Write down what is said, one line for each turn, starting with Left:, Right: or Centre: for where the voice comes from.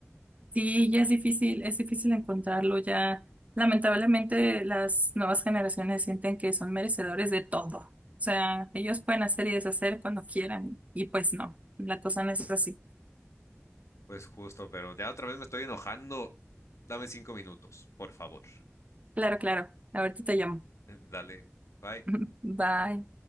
Right: Sí, ya es difícil, es difícil encontrarlo ya. Lamentablemente, las nuevas generaciones sienten que son merecedores de todo. O sea, ellos pueden hacer y deshacer cuando quieran y pues no, la cosa no es así.
Left: Pues justo, pero ya otra vez me estoy enojando. Dame cinco minutos, por favor.
Right: Claro, claro. Ahorita te llamo.
Left: <laughs> Dale, bye.
Right: <laughs> Bye.